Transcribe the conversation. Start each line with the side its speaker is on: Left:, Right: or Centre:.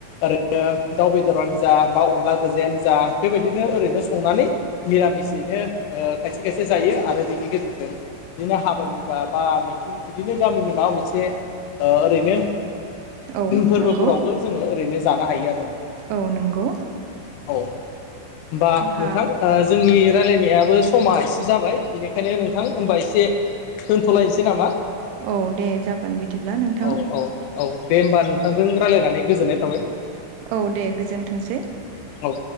Left: ओरैनो दाउ बेदरानो जा बा अनला गोजायानो जा बेबायदिनो ओरैनो संनानै निरामिसयैनो खायसे खायसे जायो आरो बिनि गेजेरजों बिदिनो हाबा बिबा बा मिथिं बिदिनो गामिनि माबा मोनसे ओरैनो
Right: औ
Left: फोरबोफोरावबो
Right: नंगौ
Left: जोङो ओरैनो जानो हायो आरो नोंथां।
Right: औ नंगौ।
Left: औ होनबा
Right: जोंहा
Left: नोंथां जोंनि रायलायनायाबो समा एसे जाबाय बेनिखायनो नोंथां होमबा एसे दोनथ'लायनोसै नामा?
Right: औ दे जागोन बिदिब्ला नोंथां।
Left: औ औ औ दे होमबा नोंथांजों रायज्लायनानै गोजोननाय थाबाय।
Right: औ दे गोजोनथोंसै।
Left: औ